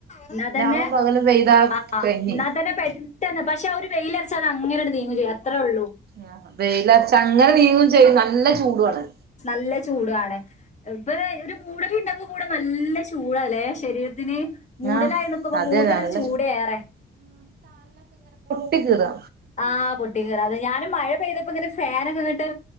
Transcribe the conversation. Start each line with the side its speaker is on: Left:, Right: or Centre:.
Left: എന്നാ തന്നെ
Right: രാവും പകലും പെയ്താ
Left: ആ
Right: കഴിഞ്ഞ്
Left: എന്നാ തന്നെ പെട്ടെന്ന് പക്ഷെ അവര് വെയില് അറച്ച അത് അങ്ങനെ തന്നെ നീങ്ങും ചെയ്യും അത്രേ ഉള്ളൂ
Right: ആ വെയിലർച്ച അങ്ങനെ നീങ്ങും ചെയ്യുന്നു നല്ല ചൂടുആ ണ്
Left: നല്ല ചൂടു ആണ് ഏ ഒരു മൂടലും ഉണ്ടാവും കൂടെ നല്ല ചൂടല്ലേ ശരീര ഇതിന് മൂടലായി
Right: ആഹ്
Left: നിക്കുമ്പോ
Right: അതെ
Left: കൂടുതലൊരു
Right: നല്ല
Left: ചൂട് ഏറെ
Right: ട്ടികീറാ
Left: ആഹ് പൊട്ടി കീറാ അത് ഞാൻ മഴ പെയ്തപ്പോ ഇങ്ങനെ ഫാനൊക്കെ ഇങ്ങോട്ട്